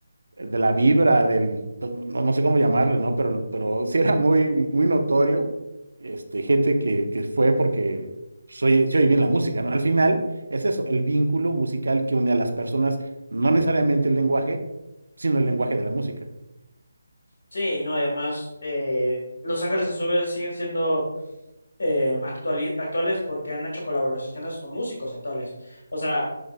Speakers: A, on the right (about 80°); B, on the left (about 60°).
A: de la vibra, del, no, no sé cómo llamarle, ¿no? Pero, pero sí era muy, muy notorio, este, gente que, que fue porque se oye, se oye bien la música, ¿no? Al final es eso, el vínculo musical que une a las personas, no necesariamente el lenguaje, sino el lenguaje de la música.
B: Sí, no, y además, eh, Los Ángeles Azules siguen siendo eh, actuali- actuales porque han hecho colaboraciones con músicos actuales. O sea,